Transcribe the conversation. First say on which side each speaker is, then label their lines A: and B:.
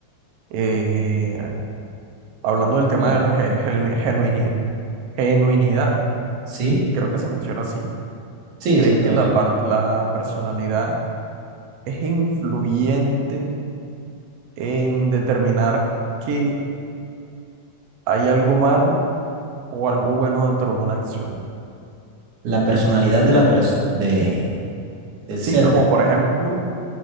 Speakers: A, on the right (about 70°); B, on the right (about 85°).
A: eh, hablando del tema
B: l-
A: de la ge- genu- genuinidad, genuinidad,
B: sí,
A: creo que se menciona así,
B: sí,
A: ¿crees
B: se puede
A: que la, par- la personalidad es influyente en determinar que hay algo malo o algo bueno dentro de una acción?
B: La personalidad de la pers- de, del
A: Sí,
B: ser.
A: como por ejemplo...